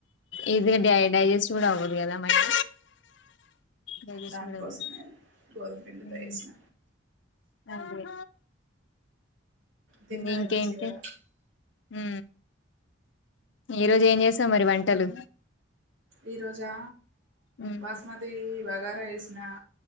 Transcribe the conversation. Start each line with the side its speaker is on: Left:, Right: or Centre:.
Left: ఈజీగా డై డైజెస్ట్ కూడా అవ్వదు కదా మైదా డైజెస్ట్
Right: దానికోసమే
Left: కూడా అవ్వదు
Right: గోధుమ పిండితో
Left: హు
Right: చేసిన
Left: అవ్వే
Right: తిన్నది
Left: ఇంకేంటి
Right: మంచిగా
Left: హు ఈ రోజు ఏం చేస్తావ్ మరి వంటలు
Right: ఈ రోజా
Left: ఉమ్
Right: బాస్మతి బగారా ఏసిన